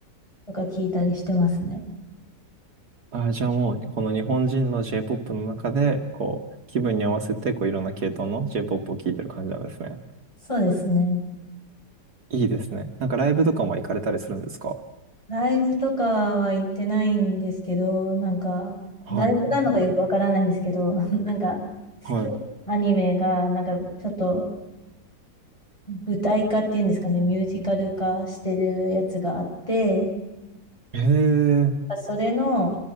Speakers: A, on the left (about 15°); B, on the right (about 60°).
A: とか聞いたりしてますね。
B: あ、じゃあもう、この日本人の J-POP の中で、こう、気分に合わせて、こう、いろんな系統の J-POP を聴いてる感じなんですね。
A: そうですね。
B: いいですね。なんかライブとかも行かれたりするんですか
A: ライブとかは行ってないんですけど、なんか、
B: はい。
A: ライブなのかよくわからないんですけど、
B: はい。
A: <laughs> なんか、好きなアニメが、
B: はい
A: なんかちょっと舞台化っていうんですかね、ミュージカル化してるやつがあって、
B: へえ、
A: それの、